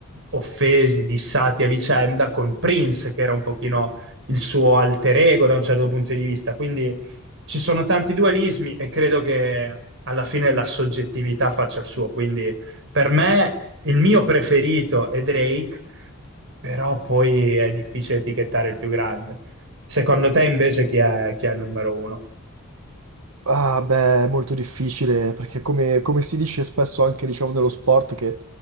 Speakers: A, on the right (about 60°); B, on the right (about 75°).
A: offesi, dissati a vicenda, con Prince, che era un pochino il suo alter ego da un certo punto di vista. Quindi ci sono tanti dualismi e credo che alla fine la soggettività faccia il suo, quindi per me il mio preferito è Drake, però poi è difficile etichettare il più grande. Secondo te invece chi è, chi è il numero uno?
B: Ah, beh, è molto difficile, perché come, come si dice spesso anche, diciamo, nello sport, che